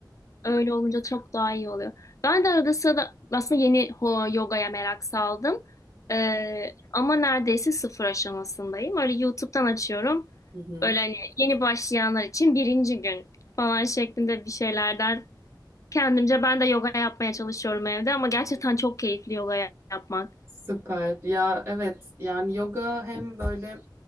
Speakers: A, on the left (about 45°); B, on the right (about 30°).
A: Öyle olunca çok daha iyi oluyor. Ben de arada sırada aslında yeni ho- yogaya merak saldım. Ee, ama neredeyse sıfır aşamasındayım. Öyle YouTube'dan açıyorum.
B: Hı hı.
A: Böyle hani yeni başlayanlar için birinci gün falan şeklinde bir şeylerden kendimce ben de yoga yapmaya çalışıyorum evde ama gerçekten çok keyifli yoga ya- yapmak.
B: Süper. Ya evet yani yoga hem böyle